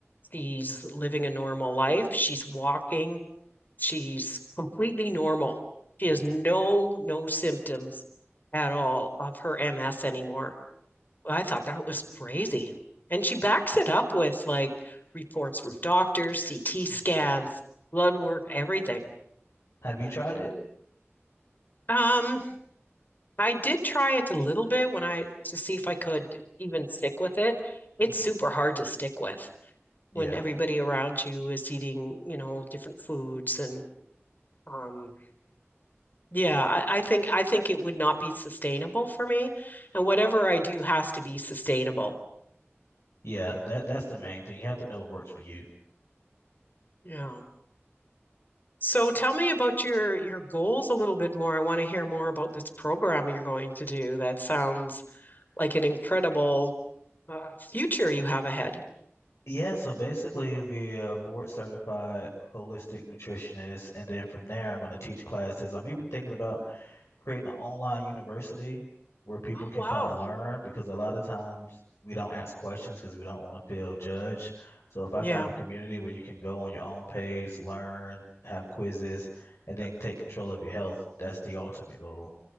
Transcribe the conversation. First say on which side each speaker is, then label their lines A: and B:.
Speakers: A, on the left; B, on the left.
A: She's living a normal life. She's walking. She's completely normal. She
B: hmm
A: has no no symptoms at all of her MS anymore. I thought that was crazy. And she backs it up with like reports from doctors, CT scans,
B: hmm
A: blood work, everything.
B: Have you tried it?
A: Um, I did try it a little bit when I to see if I could even stick with it. It's
B: hmm
A: super hard to stick with
B: Yeah.
A: when everybody around you is eating, you know, different foods and um Yeah, I, I think I think it would not be sustainable for me, and whatever I do has to be sustainable.
B: Yeah, that that's the main thing. You have to know what works for you.
A: Yeah. So tell me about your your goals a little bit more. I want to hear more about this program you're going to do. That sounds like an incredible uh, future you have ahead.
B: Yeah, so basically you'll be a board certified holistic nutritionist, and then from there I'm going to teach classes. I'm even thinking about creating an online university where people
A: Oh,
B: can
A: wow.
B: come to learn because a lot of times we don't ask questions because we don't want to feel judged. So if I
A: Yeah,
B: can have a community where you can go on your own pace, learn, have quizzes, and then take control of your health, that's the ultimate goal.